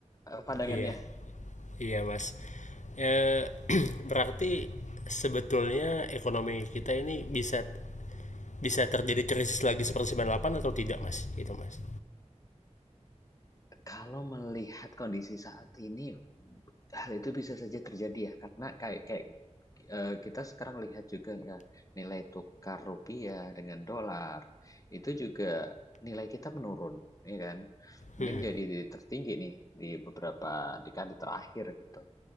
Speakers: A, on the left (about 30°); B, on the left (about 80°).
A: eh, pandangannya
B: Iya, iya Mas. Eh, <clears throat> berarti sebetulnya ekonomi kita ini bisa bisa terjadi krisis lagi seperti sembilan puluh delapan atau tidak Mas? Itu Mas.
A: Kalau melihat kondisi saat ini, hal itu bisa saja terjadi ya, karena kayak kayak, eee, kita sekarang lihat juga ya, nilai tukar rupiah dengan dolar, itu juga nilai kita menurun, ya kan? Mungkin
B: Hmm,
A: jadi di- tertinggi nih di beberapa dekade terakhir gitu.